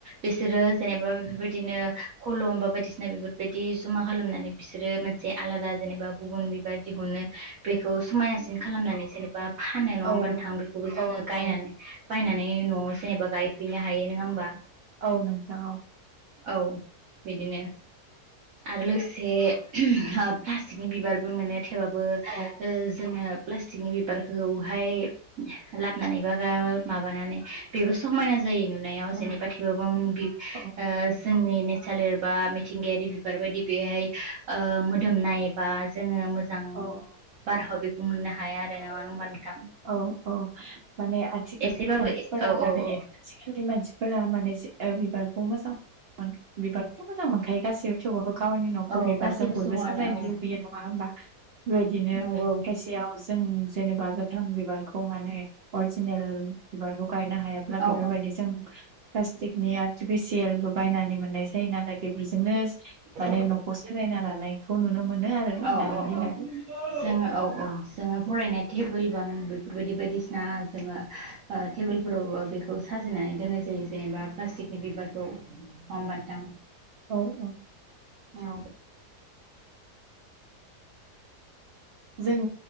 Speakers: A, on the right; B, on the right.
A: बिसोरो जेनोबा बेफोरबायदिनो खलम बा बायदिसिना बेफोरबायदि ज मा खालामनानै बिसोरो मोनसे आलादा जेनोबा गुबुन बिबार दिहुनो। बेखौ समायसिन खालामनानै जेनोबा फानो नङा
B: औ
A: होनबा नोंथां? बेखौबो जोङो
B: औ
A: गायनानै
B: औ
A: बायनानै न'आव जेनोबा गायफैननो हायो नङा होमबा?
B: औ नोंथां औ।
A: औ बिदिनो आरो लोगोसे ओप्लास्टिकनि बिबारबो मोनो थेबाबोओ
B: औ
A: जोङो प्लासटिकनि बिबारखौहाय लाबोनानै बा माबानानै बेबो समायना जायो नुनायाव
B: औ
A: जेनेबा थेवबाबो उम बि
B: औ
A: जोंनि सालिर बा मिथिंगायारि बिबार बायदि बेहाय मोदोमनाय बा जोङो मोजां
B: औ
A: बारहाव बेखौ मोननो हाया आरो नाङा होमबा नोंथां
B: औ औ माने आथिखालनि
A: एसेबाबो
B: मानसिफोरा
A: औ
B: माने
A: औ औ
B: आथिखालनि मानसिफोरा माने बिबारखौ मोजां मोन बिबारखौथ मोजां मोनखायो गासैबो थेवबाबो गावनि नखौ
A: औ
B: बिबारजों
A: गासिबो
B: बयबो
A: सुबुङानो
B: साजायनो
A: औ
B: लुगैयो नङा होमबा बेबायदिनो
A: नंगौ
B: खायसेयाव जों जेनेबा गोथां बिबारखौ माने अरजिनेल बिबारखौ गायनो हायाब्ला
A: औ
B: बेफोर
A: औ
B: बादि जों प्लासटिकनि आरटिफिसियेल बो बायनानै मोननाय जायोनालाय बे बेजोंनो माने
A: औ
B: नखौ साजायना लानायखौ नुनो मोनो आरो
A: औ
B: दानि
A: औ
B: दिनाव
A: औ जोङो औ औ जोङो फरायनाय टेबोल बाम बेफोरबायदि बायदिसिना जोङोओ टेबोलफोरावबो बे खौ साजायनानै दोननाय जायो जेनेबा प्लास्टिकनि बिबारखौ नङा ओमबा नोंथां
B: औ औ
A: औ
B: जों